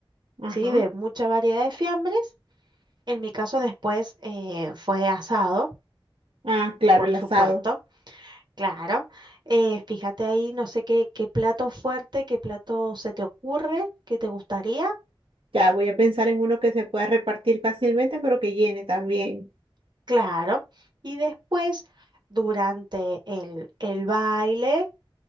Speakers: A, on the right; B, on the right.
A: Ajá.
B: ¿sí? De mucha variedad de fiambres. En mi caso después eh, fue asado,
A: Ah, claro, el
B: supuesto,
A: asado.
B: claro. Eh, fíjate ahí, no sé qué, qué plato fuerte, qué plato se te ocurre, qué te gustaría,
A: Ya voy a pensar en uno que se pueda repartir fácilmente, pero que llene también.
B: claro. Y después, durante el el baile.